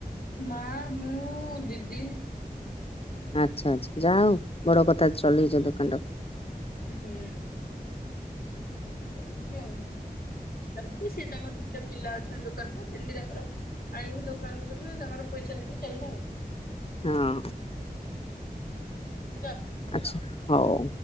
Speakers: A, on the left; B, on the left.
A: ମା ମୁଁ ଦିଦି।
B: ଆଚ୍ଛା ଆଚ୍ଛା ଯାହା ହଉ ବଡ କଥା ଚଲେଇଛ ଦୋକାନ ଟାକୁ।
A: ହୁଁ ସେ ଚାଲିଛି ଆଉ। ଚାଲିଛି ସେ ତାଙ୍କର ଦିଟା ପିଲା ଅଛନ୍ତି ଦୋକାନ ପାଇଁ ଡେଲି ତାଙ୍କର ଆଣିବି ଦୋକାନ କରି ବି। ଆ ସାଙ୍ଗର ପଇସା ନେଇକି ଚାଲିଲା।
B: ହଁ।
A: ହୁଁ।
B: ଆଚ୍ଛା ହଉ